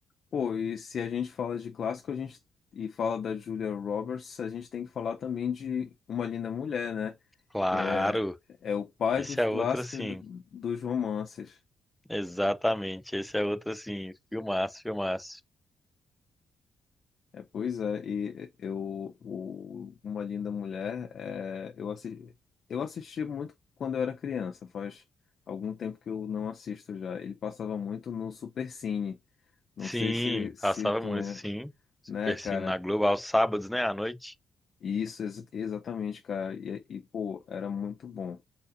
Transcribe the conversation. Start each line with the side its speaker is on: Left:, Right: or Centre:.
Left: Pô, e se a gente fala de clássico, a gente e fala da Julia Roberts, a gente tem que falar também de Uma Linda Mulher, né?
Centre: Claro,
Left: Que é, é o pai
Centre: esse
Left: dos
Centre: é
Left: clássicos
Centre: outro assim.
Left: do- dos romances.
Centre: Exatamente. Esse é outro, assim, filmaço, filmaço.
Left: É, pois é, e eu o Uma Linda Mulher, é, eu assisti, eu assisti muito quando eu era criança, faz algum tempo que eu não assisto já. Ele passava muito no Supercine. Não
Centre: Sim,
Left: sei se se
Centre: passava
Left: tu
Centre: muito,
Left: lembra,
Centre: sim. Super
Left: né, cara?
Centre: Cine na Globo, aos sábados, né, à noite?
Left: Isso, ex- exatamente, cara. E, e, pô, era muito bom.